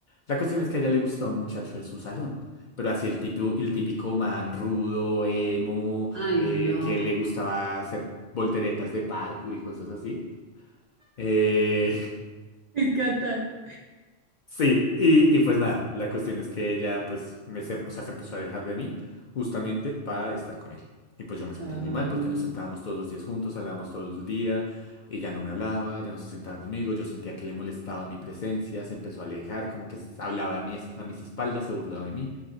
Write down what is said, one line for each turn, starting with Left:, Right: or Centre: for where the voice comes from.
Left: La cuestión es que a ella le gusta un muchacho de su salón, pero así el típico, el típico man rudo, emo,
Right: Ay,
Left: eh,
Right: no.
Left: que le gustaba hacer volteretas de parkour y cosas así. Eh,
Right: Me encanta.
Left: Sí, y, y pues nada, la cuestión es que ella pues me, se- o sea, se empezó a dejar de mí justamente para estar con él. Y pues yo me sentí
Right: Ay,
Left: muy mal porque nos sentábamos todos los días juntos, hablábamos todo el día, ella no me hablaba, ya no se sentaba conmigo, yo sentía que le molestaba mi presencia, se empezó a alejar, como que s- hablaba a mi es- a mis espaldas, se burlaba de mí.